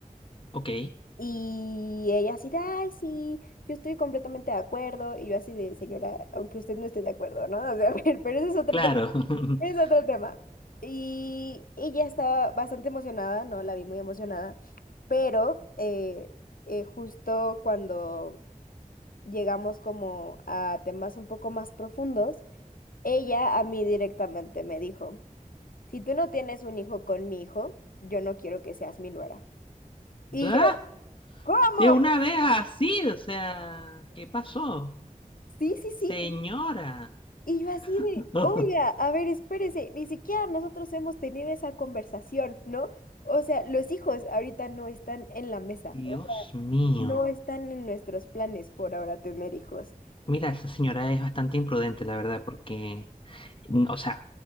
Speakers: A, on the left; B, on the left.
A: Ok,
B: Y ella así de, ay, sí, yo estoy completamente de acuerdo, y yo así de, señora, aunque usted no esté de acuerdo, ¿no? O sea, <laughs> pero ese es otro
A: claro.
B: tema
A: <laughs>
B: Es otro tema. Y ella estaba bastante emocionada, ¿no? La vi muy emocionada, pero eh, eh, justo cuando llegamos como a temas un poco más profundos, ella a mí directamente me dijo, si tú no tienes un hijo con mi hijo, yo no quiero que seas mi nuera. Y
A: Ah,
B: yo, ¿cómo?
A: De una vez así, o sea, ¿qué pasó?
B: Sí, sí,
A: Señora.
B: sí. Y yo así de,
A: <laughs>
B: oiga, a ver, espérese, ni siquiera nosotros hemos tenido esa conversación, ¿no? O sea, los hijos ahorita no están en la mesa,
A: Dios
B: o sea,
A: mío.
B: no están en nuestros planes por ahora tener hijos.
A: Mira, esa señora es bastante imprudente, la verdad, porque, o sea,